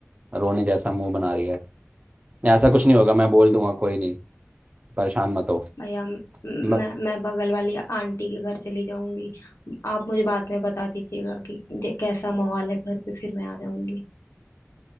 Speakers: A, on the right; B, on the left.
A: रोने जैसा मुंह बना रही है ऐसा कुछ नहीं होगा मैं बोल दूंगा कोई नहीं परेशान मत हो
B: या मैं
A: म-
B: मैं बगल वाली आंटी के घर चली जाऊंगी आप मुझे बाद में बता दीजिएगा कि जे- कैसा माहौल है घर पे फिर मैं आ जाऊंगी